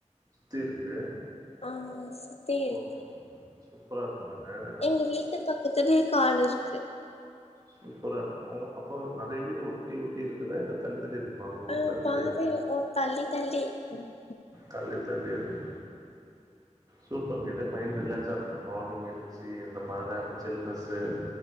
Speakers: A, on the right (about 30°); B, on the left (about 55°).
A: சுத்தி இருக்கு
B: ஆ சுத்தி இருக்கு
A: ஓகே சூப்பரா இருக்குல்லங்க
B: எங்க வீட்டு பக்கத்துலயே காடு இருக்கு
A: சூப்பரா இருக்கு அவங்க அப்போ நெறய வீடு ஒட்டி ஒட்டி இருக்கு இதா இல்ல தள்ளி தள்ளி இருக்குமா உங்க
B: ஆ
A: ஊர்ல வீடு
B: பாதைல ஓ தள்ளி தள்ளி ம்
A: தள்ளி தள்ளி இருக்கு சூப்பர்ங்க இதே மைண்ட் ரிலாக்ஸா இருங்க மார்னிங் எழுச்சு இந்த மல இந்த சில்னஸு